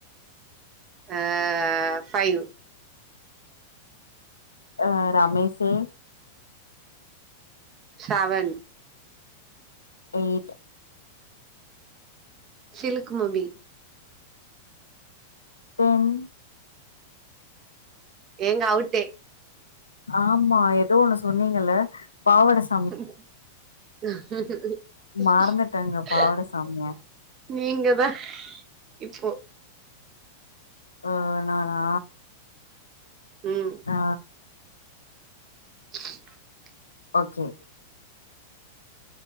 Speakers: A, on the right; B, on the left.
A: ஆ ஃபைவ்
B: அ ரமேசே
A: செவென்
B: எயிட்
A: சிலுக்கு மம்பி
B: டென்
A: ஏங்க அவுட்டே
B: ஆமா ஏதோ ஒண்ணு சொன்னீங்கல்ல பாவட ச
A: <unintelligible>
B: மறந்துட்டேங்க பாவடசாமிய
A: நீங்க தா இப்போ
B: ஆ நானா
A: ம்
B: ஆ
A: <unintelligible>
B: ஓகே